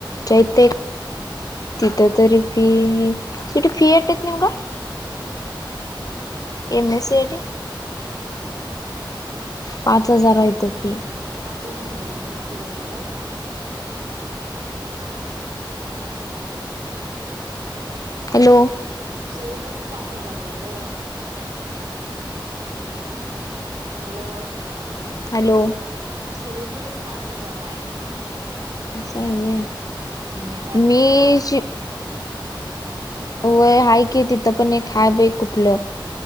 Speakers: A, on the left; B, on the right.
A: ते ते तिथं तरी <unintelligible> एमएस सी आय टी पाच हजार हाय इथं फी.
B: पाच च हजार आहे सोड सगळीकडे <unintelligible>
A: हॅलो
B: सगळीकडे चं पाच हजार आहे गं हॅलो
A: हॅलो
B: सगळीकडचं पाच हजार आहे.
A: असं आहे व्हय
B: हं म कॉलेज
A: मी
B: जवळ आहे म्हणं
A: शि व्हय हाय कि तिथं पण एक हाय बई कुठलं